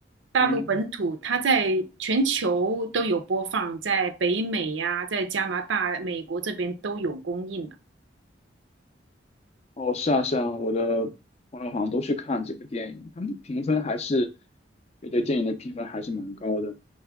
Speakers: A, on the right; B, on the left.
A: 大陆本土，
B: 嗯。
A: 它在全球都有播放，在北美呀、在加拿大、美国这边都有公映了，
B: 哦，是啊，是啊，我的朋友好像都去看这个电影，他们评分还是对这电影的评分还是蛮高的，